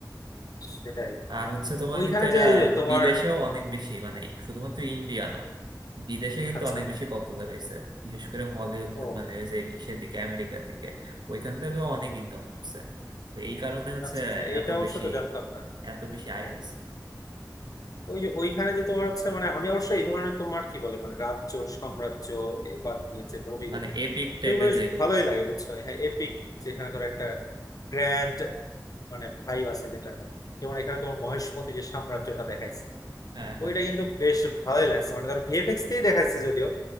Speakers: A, on the left; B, on the right.
A: সেটাই
B: আর হচ্ছে তোমার
A: ওইখানে
B: কিন্তু এটা
A: যে এই যে তোমার
B: বিদেশেও অনেক বেশি মানে এই শুধুমাত্র ইন্ডিয়া না বিদেশে কিন্তু
A: আচ্ছা
B: অনেক বেশি পপুলার হয়েছে বিশেষ করে হলিউড
A: ও
B: মানে ওই যে ইসের দিকে আমেরিকার দিকে ওইখান থেকেও অনেক ইনকাম করছে তো এই কারণে হচ্ছে
A: আচ্ছা আচ্ছা এটা
B: এত
A: অবশ্য
B: বেশি
A: তো জানতাম না
B: এত বেশি আয় হয়েছে
A: ওই যে ওইখানে যে তোমার হচ্ছে মানে আমি অবশ্য এই ধরনের তোমার কি বলে মানে রাজ্য সাম্রাজ্য এ বা নিয়ে যে মুভিগুলো
B: মানে এপিক টাইপের
A: এগুলো বেশ
B: যেগুলো
A: ভালোই লাগে বুঝছো হ্যাঁ এপিক যেখানে ধর একটা গ্র্যান্ড মানে ভাইব আছে যেটা মানে যেমন এখানে তোমার মহেশমতি যে সাম্রাজ্যটা দেখাইছে
B: হ্যাঁ হ্যাঁ
A: ওইটা কিন্তু বেশ ভালোই লাগছে মানে ধর ভিএফএক্স দিয়ে দেখাইছে যদিও